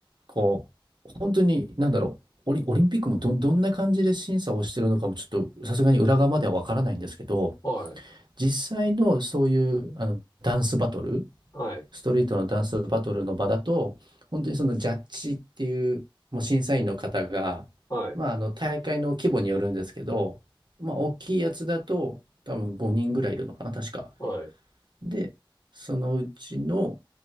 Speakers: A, on the right; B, on the left.
A: こう、本当に、なんだろう、オリ、オリンピックもど、どんな感じで審査をしてるのかもちょっとさすがに裏側まではわからないんですけど、
B: はい。
A: 実際のそういうあのダンスバトル、
B: はい。
A: ストリートのダンスバトルの場だと、本当にそのジャッジっていう、もう審査員の方が、
B: はい。
A: まあ、あの大会の規模によるんですけど、まあ、大きいやつだと多分5人ぐらいいるのかな、確か。
B: はい。
A: で、そのうちの、